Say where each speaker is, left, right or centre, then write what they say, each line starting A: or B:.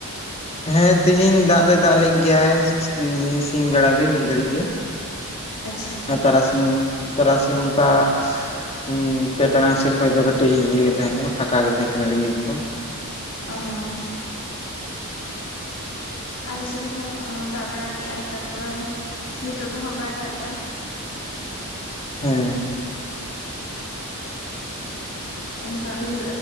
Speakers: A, on the left; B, on the left.
A: ᱦᱮᱸ ᱛᱤᱦᱤᱧ ᱫᱟᱜ ᱫᱚᱭ ᱫᱟᱜ ᱞᱮᱫ ᱜᱮᱭᱟ ᱥᱤᱧ ᱵᱮᱲᱟ ᱜᱮ ᱢᱤᱫ ᱜᱷᱟ. ᱲᱤᱡ ᱜᱮ
B: ᱟᱪᱪᱷᱟ
A: ᱟᱨ ᱛᱟᱨᱟᱥᱤᱝ ᱛᱟᱨᱟᱥᱤᱝ ᱚᱱᱠᱟ ᱦᱩᱸ ᱯᱮ ᱴᱟᱲᱟᱝ ᱥᱮᱫ ᱠᱷᱚᱱ ᱫᱚ ᱠᱟᱹᱴᱤᱡ ᱤᱭᱟᱹ ᱜᱮ ᱛᱟᱦᱮᱸ ᱠᱟᱱᱟ ᱯᱷᱟᱸᱠᱟ ᱜᱮ ᱛᱟᱦᱮᱸ ᱠᱟᱱᱟ ᱨᱤᱢᱤᱞ ᱠᱚ
B: ᱚ ᱦᱚᱸ ᱟᱞᱮᱥᱮᱫ ᱦᱚᱸ ᱫᱟᱜ ᱵᱟᱲᱟ ᱠᱮᱜ ᱟᱭ ᱛᱟᱨᱯᱚᱨᱮ ᱱᱤᱛᱚᱜ ᱫᱚ ᱦᱟᱸᱜ ᱵᱟᱭ ᱫᱟᱜ ᱮᱫᱟ
A: ᱦᱮᱸ
B: ᱚᱱᱠᱟ ᱨᱤᱞ